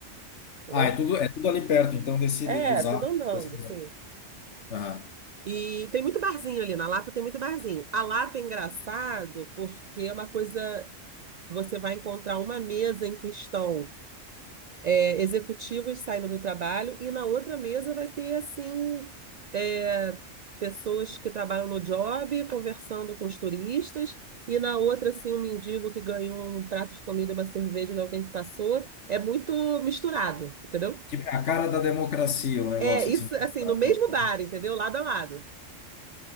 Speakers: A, on the right; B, on the left.
A: entendeu?
B: Ah, é tudo, é tudo ali perto, então, desse,
A: É,
B: de- dos
A: tudo
B: arcos,
A: andando,
B: dessa coisa.
A: assim.
B: Ah.
A: E tem muito barzinho ali. Na Lapa tem muito barzinho. A Lapa é engraçado porque é uma coisa. Você vai encontrar uma mesa em que estão é, executivos saindo do trabalho e na outra mesa vai ter assim é, pessoas que trabalham no job conversando com os turistas e na outra assim um mendigo que ganhou um prato de comida, uma cerveja de alguém que passou. É muito misturado, entendeu?
B: Tipo, a cara da democracia, o negócio,
A: É isso
B: assim.
A: assim
B: Tá-
A: no mesmo
B: tá- tá.
A: bar, entendeu? Lado a lado.